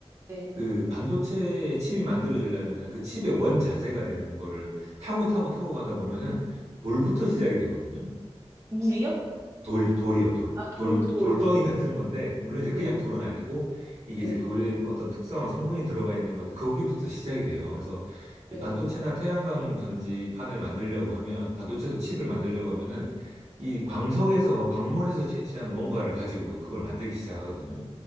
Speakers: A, on the right; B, on the right.
A: 네.
B: 그 반도체 칩이 만들어지려면은 그 칩의 원자재가 되는 거를 타고 타고 타고 가다 보면은 돌부터 시작이 되거든요.
A: 물이요?
B: 돌, 돌이요, 돌.
A: 아, 돌,
B: 돌,
A: 돌.
B: 돌덩이
A: 네네네.
B: 같은 건데, 물론 이제
A: 네.
B: 그냥 돌은 아니고, 이게
A: 네.
B: 이제 돌의 어떤 특성한 성분이 들어가 있는 건데, 거기부터 시작이 돼요. 그래서 이
A: 네.
B: 반도체나 태양광 전지판을 만들려고 하면, 반도체도 칩을 만들려고 하면은, 이 광석에서, 광물에서 채취한 뭔가를 가지고 그걸 만들기 시작하거든요.